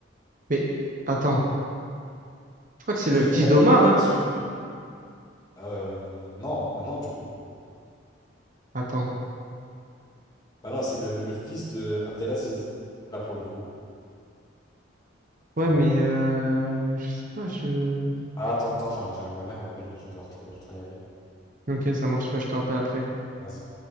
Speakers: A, on the right; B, on the left.
A: Mais attends, je crois que c'est le
B: Quel
A: fils
B: calife
A: d'Omar, hein?
B: est surnommé? Euh, non, bah non, du coup.
A: Attends.
B: Bah non, c'est le, le fils de Abdelaziz. Là, pour le coup. Tu
A: Ouais,
B: vois?
A: mais euh, je sais pas, je...
B: Ah, attends, attends, j'ai- j'ai- ma mère m'appelle. Je vais devoir, te- je vais devoir y aller.
A: Ok, ça marche. Bah, je te rappelle après.
B: Vas-y.